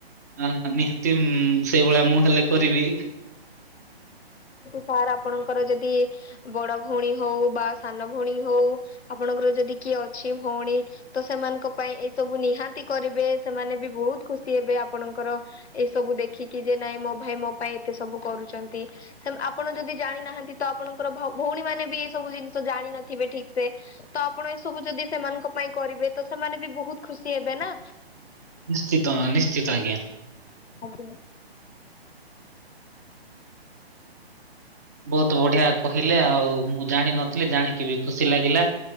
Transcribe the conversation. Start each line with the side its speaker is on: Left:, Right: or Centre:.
Right: ଆ ନିହାତି ସେଇଭଳିଆ ମୁଁ ହେଲେ କରିବି।
Left: ସାର୍ ଆପଣଙ୍କର ଯଦି ବଡ ଭଉଣୀ ହଉ, ବା ସାନ ଭଉଣୀ ହଉ। ଆପଣଙ୍କର ଯଦି କିଏଅଛି ଭଉଣୀ ତ ସେମାନଙ୍କ ପାଇଁ ଏଇସବୁ ନିହାତି କରିବେ ସେମାନେ ବି ବହୁତ ଖୁସିହେବେ ଆପଣଙ୍କର ଏସବୁ ଦେଖିକି ଯେ ନାଇଁ ମୋ ଭାଇ ମୋ ପାଇଁ ଏତେ ସବୁ କରୁଛନ୍ତି। ଆପଣ ଯଦି ଜାଣିନାହାନ୍ତି ତ ଆପଣଙ୍କର ଭଉଣୀ ମାନେ ବି ଏଇସବୁ ଜିନଷ ଜାଣିିନଥିବେ ଠିକ୍ ସେ। ତ ଆପଣ ଏ ସବୁ ଯଦି ସେମାନଙ୍କ ପାଇଁ କରିବେ ତ ସେମାନେ ବି ବହୁତ ଖୁସି ହେବେ ନା।
Right: ନିଶ୍ଚିତ ନିଶ୍ଚିତ ଆଜ୍ଞା।
Left: ଆଜ୍ଞା।
Right: ବହୁତ ବଢିଆ କହିଲେ ଆଉ ମୁଁ ଜାଣିନଥିଲି। ଜାଣିକି ବି ଖୁସି ଲାଗିଲା।